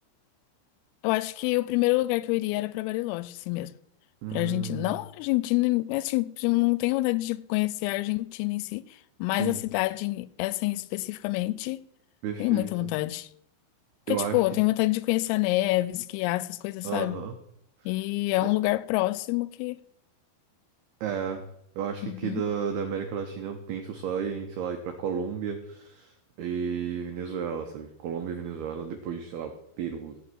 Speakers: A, on the left; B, on the right.
A: Eu acho que o primeiro lugar que eu iria era pra Bariloche, assim mesmo.
B: Hum,
A: Pra Argentina. Não Argentina, assim, eu não tenho vontade de conhecer a Argentina em si, mas
B: sim,
A: a cidade, em- essa em especificamente,
B: perfeito.
A: tenho muita vontade.
B: Eu
A: Porque, tipo,
B: acho que.
A: eu tenho vontade de conhecer a neve, esquiar, essas coisas,
B: Aham.
A: sabe? E é
B: Eu-
A: um lugar próximo que.
B: É, eu acho
A: Uhum,
B: que aqui da, da América Latina eu penso só em, sei lá, ir pra Colômbia e Venezuela, sabe? Colômbia e Venezuela, depois, sei lá, o Peru